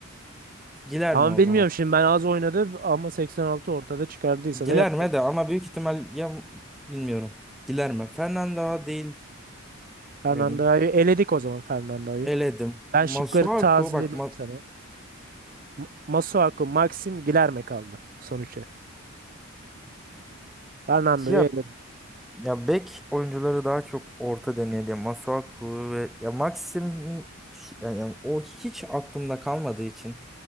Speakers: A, in the centre; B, on the right.
A: Giler
B: Ama
A: mi o
B: bilmiyorum
A: zaman?
B: şimdi ben az oynadı ama 86 ortada çıkardıysa
A: Giler
B: da yapacak.
A: mi de ama büyük ihtimal ya bilmiyorum. Giler mi? Fernando değil
B: Fernando'yu
A: yani
B: eledik o zaman Fernando'yu.
A: eledim.
B: Ben
A: Masuaku
B: şıkları tazeleyeyim
A: bak ma-
B: sana. Ma- Masuaku, Maxim, Gilerme kaldı sonuçta. Fernando'yu
A: ya
B: eledik.
A: Ya bek oyuncuları daha çok orta denedi. Masuaku ve ya Maxim'in yani yani o hiç aklımda kalmadığı için